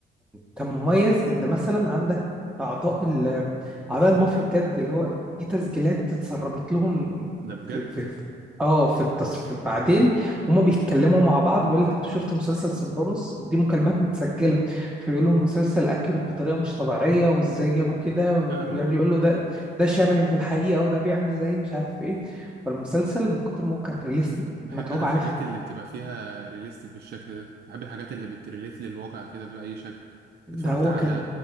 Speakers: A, in the centre; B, on the right.
A: كان مميز ان مثلا عندك اعضاء ال اعضاء المافيا بجد اللي هو دي تسجيلات اتسربت لهم
B: ده بجد
A: في في في- اه في التصف بعدين هما بيتكلموا مع بعض بيقول لك انت شفت مسلسل سوبرانوس دي مكالمات متسجله فيقولوا المسلسل اكيوريت بطريقه مش طبيعيه وازاي جابوا كده وبيقعد
B: لا يا راجل
A: يقول له ده ده شبهي في الحقيقه وده بيعمل زي مش عارف ايه فالمسلسل من كتر ما هو كان ريليستيك
B: بحب
A: متعوب
B: انا الحاجات
A: عليه في
B: اللي بتبقى فيها ريليستيك بالشكل ده بحب الحاجات اللي بتريليت للواقع كده بأي شكل اتفرجت
A: ده هو
B: على
A: كان